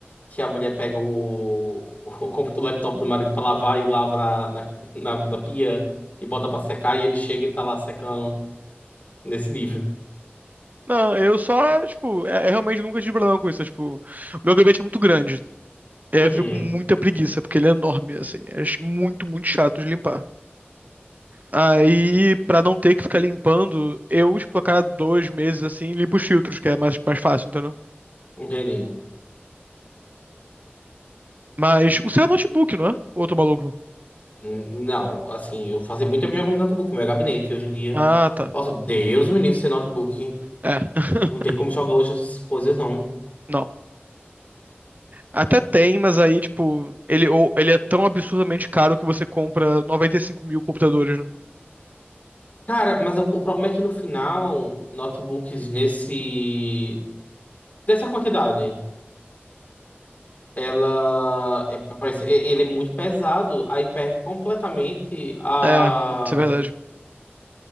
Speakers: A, on the left; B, on the right.
A: que a mulher pega o, o, comput- o laptop do marido pra lavar e lava na, na, na, na pia e bota pra secar e ele chega e ele tá lá secando nesse nível.
B: Não, eu só, tipo, é, é realmente nunca tive problema com isso. é, Tipo, o meu gabinete é muito grande. É,
A: Uhum,
B: eu fico com muita preguiça, porque ele é enorme, assim. É ch- muito, muito chato de limpar. Aí, pra não ter que ficar limpando, eu, tipo, a cada dois meses, assim, limpo os filtros, que é mais, mais fácil, entendeu?
A: entendi.
B: Mas o seu é notebook, não é? Ou eu tô maluco?
A: Hum, Não, assim, eu fazia muito tempo jogando no notebook, meu gabinete hoje em dia.
B: Ah, tá.
A: Nossa, Deus me livre sem notebook.
B: É. <laughs>
A: Não tem como jogar hoje essas coisas, não.
B: Não. Até tem, mas aí, tipo, ele, ou, ele é tão absurdamente caro que você compra 95 mil computadores, né?
A: Cara, mas o, o problema é que no final, notebooks nesse... dessa quantidade, ela... é- parece- é- ele é muito pesado, aí perde completamente a...
B: É, isso é verdade.